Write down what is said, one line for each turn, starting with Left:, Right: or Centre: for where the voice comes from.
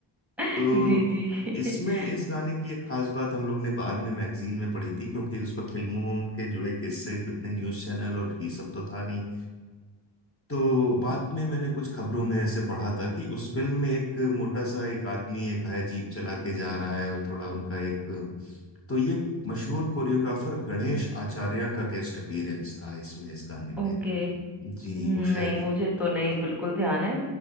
Centre: <laughs>
Left: तो
Centre: जी जी <laughs>
Left: इसमें इस गाने की एक खास बात हम लोग ने बाद में मैगजीन में पढ़ी थी क्योंकि उस पर फिल्मों के जुड़े किस्से कितने न्यूज़ चैनल और ये सब तो था नहीं तो बाद में मैंने कुछ खबरों में ऐसे पढ़ा था कि उस फिल्म में एक मोटा सा एक आदमी एक है जीप चला के जा रहा है और थोड़ा उनका एक तो ये मशहूर कोरियोग्राफर गणेश आचार्य का गेस्ट अपीयरेंस था इसमें इस गाने में
Centre: ओके
Left: जी
Centre: हम्म,
Left: वो शायद
Centre: नहीं मुझे तो नहीं बिल्कुल ध्यान है